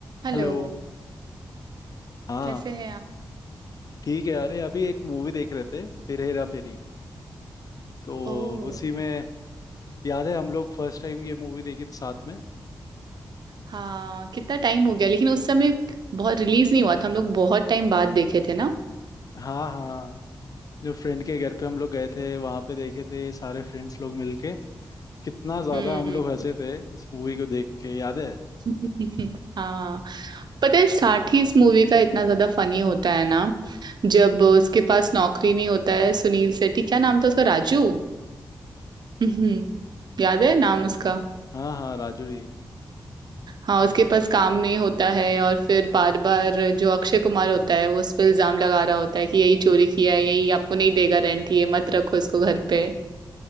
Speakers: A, on the right (about 60°); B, on the left (about 45°).
A: Hello
B: Hello हाँ
A: कैसे हैं आप
B: ठीक है अरे अभी एक मूवी देख रहे थे फिर हेरा फेरी तो
A: ओ
B: उसी में याद है हम लोग फर्स्ट टाइम ये मूवी देखे थे साथ में
A: हाँ कितना टाइम हो गया लेकिन उस समय बहुत रिलीज नहीं हुआ था हम लोग बहुत टाइम बाद देखे थे ना
B: हाँ हाँ जो फ्रेंड के घर पे हम लोग गए थे वहां पे देखे थे सारे फ्रेंड्स लोग मिलके कितना ज्यादा
A: हम्म
B: हम लोग हंसे थे इस मूवी को देख के याद है
A: <laughs> हाँ पता है साठी इस मूवी का इतना ज्यादा फनी होता है ना जब उसके पास नौकरी नहीं होता है सुनील शेट्टी क्या नाम था उसका राजू <laughs> हम्म, याद है नाम उसका
B: हाँ हाँ राजू ही
A: हाँ उसके पास काम नहीं होता है और फिर बार बार जो अक्षय कुमार होता है वो उस पर इल्जाम लगा रहा होता है कि यही चोरी किया है यही आपको नहीं देगा रेंट ये मत रखो इसको घर पे